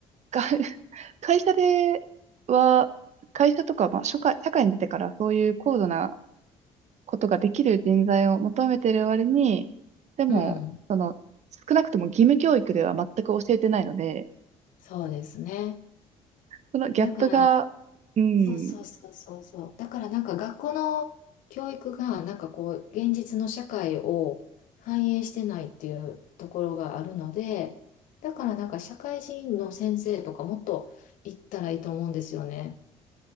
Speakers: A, on the right; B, on the left.
A: が <laughs> 会社では、会社とか、まあ、社会、社会に出てからそういう高度なことができる人材を求めてる割に、でも、
B: うん。
A: その、少なくとも義務教育では全く教えてないので、
B: そうですね。
A: そのギャップが、
B: だから、
A: うん。
B: そうそうそうそうそう。だからなんか学校の教育が、なんかこう、現実の社会を反映してないっていうところがあるので、だからなんか社会人の先生とかもっと行ったらいいと思うんですよね。